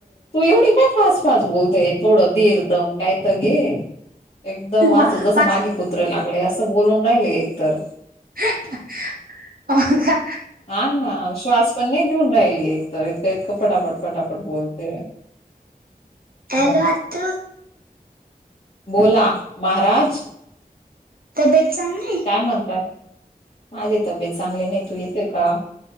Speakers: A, on the left; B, on the right.
A: तू एवढी काय फास्ट फास्ट बोलतेय थोडं धीर दम कायत घे एकदम
B: वा
A: असं जसं
B: पाच
A: मागे कु त्र लागले असं बोलून राहिले एकतर
B: हं हं हो का?
A: हा ना श्वास पण नाही घेऊन राहिली एकतर इतकं इतकं पटापट पटापट बोलते.
B: हॅलो
A: मग
B: आतू
A: बोला महाराज
B: तब्येत चांगलीय?
A: काय म्हणताय माझी तब्येत चांगली नाही तू येतेय का?